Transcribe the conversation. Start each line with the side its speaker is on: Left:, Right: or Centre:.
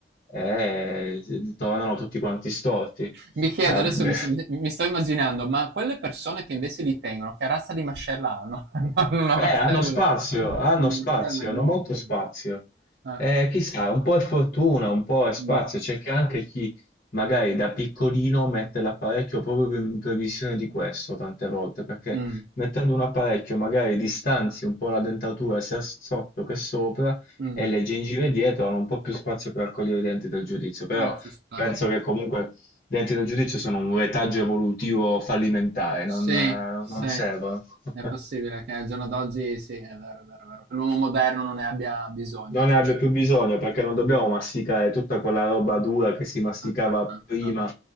Left: e tornano tutti quanti storti. Eh,
Right: Mi chiedo, adesso
Left: beh,
Right: mi, sto mi sto immaginando, ma quelle persone che invece li tengono, che razza di mascella hanno? <laughs> Hanno una
Left: Eh,
Right: mascella,
Left: hanno spazio, hanno
Right: hanno
Left: spazio,
Right: una mascella enorme.
Left: hanno molto spazio.
Right: Eh,
Left: Eh, chissà, un po' è fortuna, un po' è spazio.
Right: mm,
Left: C'è che anche chi magari da piccolino mette l'apparecchio proprio in previsione di questo tante volte, perché
Right: mm,
Left: mettendo un apparecchio magari distanzi un po' la dentatura sia sotto che sopra
Right: mm.
Left: e le gengive dietro hanno un po' più spazio per raccogliere i denti del giudizio. Però
Right: Eh, ci sta.
Left: penso che comunque i denti del giudizio sono un retaggio evolutivo fallimentare,
Right: Sì,
Left: non eh,
Right: sì.
Left: non servono. <laughs>
Right: È possibile che al giorno d'oggi, sì, è vero, è vero, è vero, che l'uomo moderno non ne abbia bisogno.
Left: Non
Right: cioè,
Left: ne abbia
Right: sì.
Left: più bisogno perché non dobbiamo masticare tutta quella roba dura che si masticava
Right: Ah, ah, ah,
Left: prima
Right: ah.